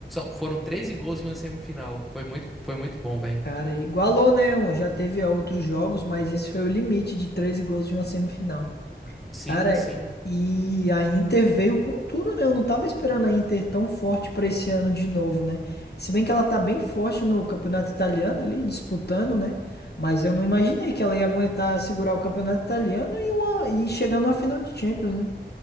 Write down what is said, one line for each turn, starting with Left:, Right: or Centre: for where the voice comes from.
Centre: Foram 13 gols em uma semifinal. Foi muito, foi muito bom, velho.
Left: Cara, igualou, né? Já teve outros jogos, mas esse foi o limite de 13 gols de uma semifinal.
Centre: Sim,
Left: Cara,
Centre: sim.
Left: e a Inter veio com tudo, né? Eu não tava esperando a Inter tão forte pra esse ano de novo, né? Se bem que ela tá bem forte no campeonato italiano ali, disputando, né? Mas eu não imaginei que ela ia aguentar segurar o campeonato italiano e, uma, e chegar numa final de Champions, né?